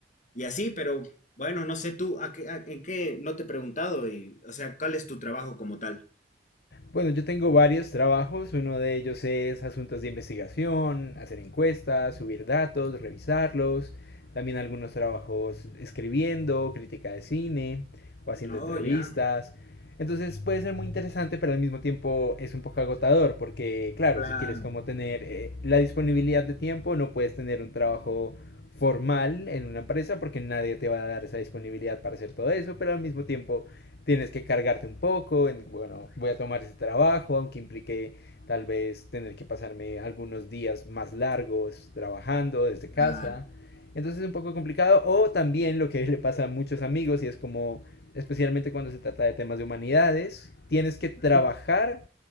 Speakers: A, on the left; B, on the left.
A: y así, pero bueno, no sé tú, ¿a qué, a- ¿en qué? No te he preguntado, y, o sea, ¿cuál es tu trabajo como tal?
B: Bueno, yo tengo varios trabajos, uno de ellos es asuntos de investigación, hacer encuestas, subir datos, revisarlos, también algunos trabajos escribiendo, crítica de cine o haciendo
A: No,
B: entrevistas.
A: ya,
B: Entonces puede ser muy interesante, pero al mismo tiempo es un poco agotador, porque claro,
A: claro,
B: si quieres como tener eh, la disponibilidad de tiempo, no puedes tener un trabajo formal en una empresa porque nadie te va a dar esa disponibilidad para hacer todo eso, pero al mismo tiempo tienes que cargarte un poco, en, bueno, voy a tomar ese trabajo, aunque implique tal vez tener que pasarme algunos días más largos trabajando desde
A: claro,
B: casa. Entonces es un poco complicado. O también lo que <laughs> le pasa a muchos amigos y es como, especialmente cuando se trata de temas de humanidades, tienes que trabajar
A: <laughs>